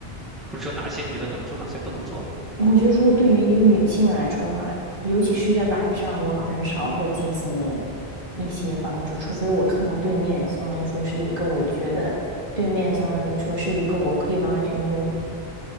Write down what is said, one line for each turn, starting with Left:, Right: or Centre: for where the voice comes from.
Centre: 或者说哪些你觉得能做，哪些不能做呢？
Right: 我觉得如果对于一个女性来说的话，尤其是在晚上，我很少会进行一些帮助，除非我看到对面相当于说是一个我觉得对面相当于说是一个我可以完完全全